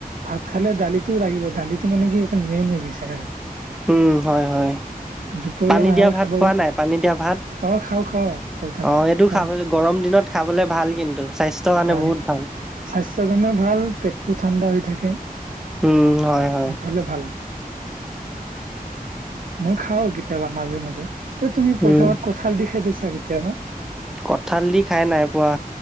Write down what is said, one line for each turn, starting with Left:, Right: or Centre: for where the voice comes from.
Right: ভাত খালে দালিত টো লাগিব দালিতটো মানে কি এটা মেইন হৈ গৈছে আৰু
Centre: উম হয় হয়।
Right: দুপৰীয়া
Centre: পানী
Right: আহাৰ
Centre: দিয়া ভাত
Right: খাব
Centre: খোৱা নাই, পানী দিয়া ভাত
Right: অ খাওঁ খাওঁ পইতা
Centre: অৱ
Right: ভাত
Centre: এইটো
Right: খাওঁ
Centre: খাব গৰম দিনত খাবলৈ ভাল কিন্তু স্বাস্থ্যৰ কাৰণে
Right: হয়,
Centre: বহুত ভাল
Right: স্বাস্থ্যৰ কাৰণেও ভাল পেটটো ঠাণ্ডা হৈ থাকে।
Centre: উম হয় হয়।
Right: হ'লে ভাল। মই খাও কেতিয়াবা মাজে মাজে এ তুমি পইতাবাত
Centre: উম
Right: কঁঠাল দি খাই পাইছা কেতিয়াবা?
Centre: কঁঠাল দি খায় নাই পোৱা।